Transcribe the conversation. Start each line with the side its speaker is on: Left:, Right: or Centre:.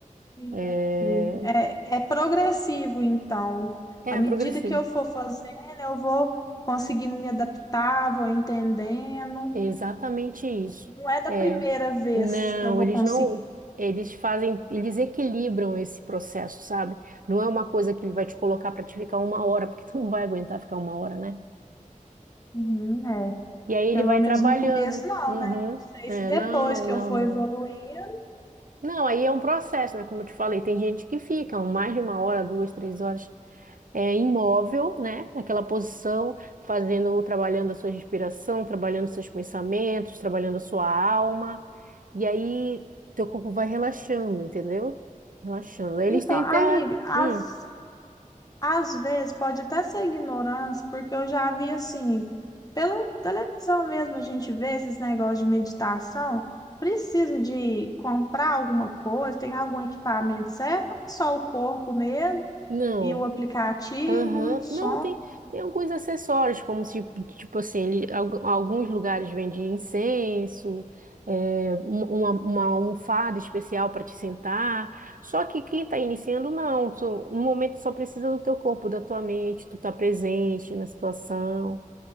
Left: Entendi.
Right: é,
Left: É, é progressivo, então.
Right: é
Left: À medida
Right: progressivo.
Left: que eu for fazendo, eu vou conseguindo me adaptar, vou entendendo.
Right: É Exatamente isso.
Left: Não é da
Right: É,
Left: primeira vez
Right: não,
Left: que eu vou
Right: eles
Left: conseguir.
Right: não, eles fazem, eles equilibram esse processo, sabe? Não é uma coisa que ele vai te colocar para te ficar uma hora, porque tu não vai aguentar ficar uma hora, né?
Left: Uhum, é.
Right: E aí
Left: Pelo
Right: ele vai
Left: menos
Right: trabalhando.
Left: no começo, não,
Right: Uhum.
Left: né? Não sei
Right: É,
Left: se depois
Right: não,
Left: que
Right: não,
Left: eu for
Right: não.
Left: evoluindo.
Right: Não, aí é um processo, né? Como eu te falei, tem gente que fica mais de uma hora, duas, três horas. é, imóvel, né? Naquela posição, fazendo, trabalhando a sua respiração, trabalhando seus pensamentos, trabalhando a sua alma. E aí, teu corpo vai relaxando, entendeu? Relaxando. Eles
Left: Então,
Right: têm
Left: amiga,
Right: até.
Left: as
Right: Hum,
Left: Às vezes pode até ser ignorância, porque eu já vi assim, pela televisão mesmo a gente vê esses negócios de meditação, precisa de comprar alguma coisa, tem algum equipamento certo, só o corpo mesmo
Right: não.
Left: e o aplicativo,
Right: Aham.
Left: o som,
Right: Não, tem, tem alguns acessórios, como se, tipo assim, ele, algu- alguns lugares vendem incenso, é, um- uma, uma almofada especial para te sentar. Só que quem está iniciando, não. Tu- no momento só precisa do teu corpo, da tua mente, tu tá presente na situação.